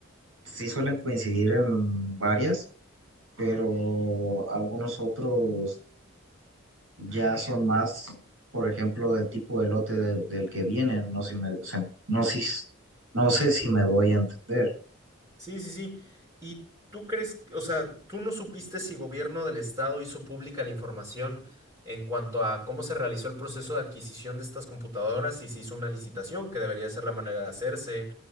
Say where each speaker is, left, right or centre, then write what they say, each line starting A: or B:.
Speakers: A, on the right; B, on the right.
A: sí suelen coincidir en varias, pero algunos otros ya son más, por ejemplo, del tipo de lote de- del que vienen, no, si me- se- no, si, no sé si me doy a entender.
B: Sí, sí, sí. ¿Y tú crees, o sea, tú no supiste si gobierno del estado hizo pública la información en cuanto a cómo se realizó el proceso de adquisición de estas computadoras y si hizo una licitación, que debería ser la manera de hacerse,